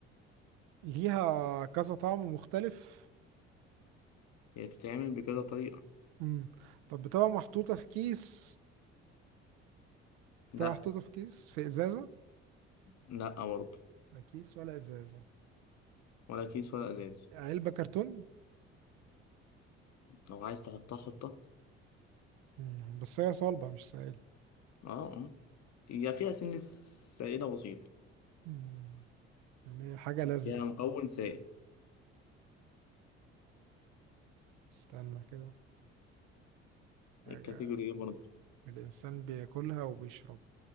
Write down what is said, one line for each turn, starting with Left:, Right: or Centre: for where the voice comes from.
Right: ليها كذا طعم مختلف
Left: هي بتتعمل بكذا طريقة
Right: مم. طب بتبقى محطوطة في كيس
Left: لا
Right: بتبقى محطوطة في كيس في إزازة
Left: لا برضه
Right: لا كيس ولا إزازة
Left: ولا كيس ولا ازاز
Right: علبة كرتون
Left: لو عايز تحطها حطها
Right: مم. بس هي صلبة مش سائلة
Left: اه اه هي فيها سنة سائلة بسيطة
Right: مم. يعني هي حاجة لزجة
Left: فيها مكون سائل
Right: استنى كده حاجة
Left: الكاتيجوري ايه برضه
Right: الإنسان بياكلها وبيشرب